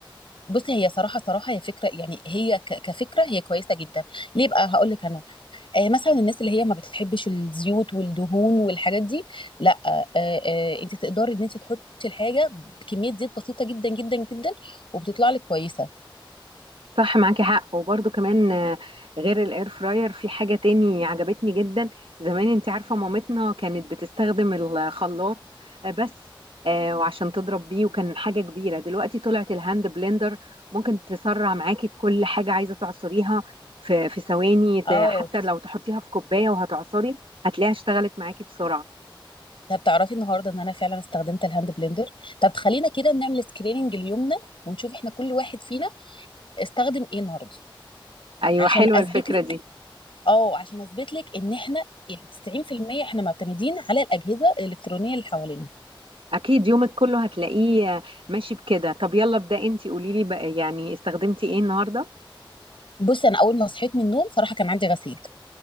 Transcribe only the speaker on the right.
صح معاكي حق وبرده كمان آه، غير الاير فراير في حاجة تاني عجبتني جدا زمان انت عارفة مامتنا كانت بتستخدم الخلاط آه، بس آه، وعشان تضرب بيه وكان حاجة كبيرة دلوقتي طلعت الهاند بلندر ممكن تسرع معاكي كل حاجة عايزة تعصريها في في ثواني ت-
حتى لو تحطيها في كوباية وهتعصري هتلاقيها اشتغلت معاكي بسرعة
ايوه
حلوة
الفكرة
دي
اكيد يومك كله هتلاقيه آه، ماشي بكده طب يلا ابدأ انت قوليلي بقى يعني استخدمتي ايه النهاردة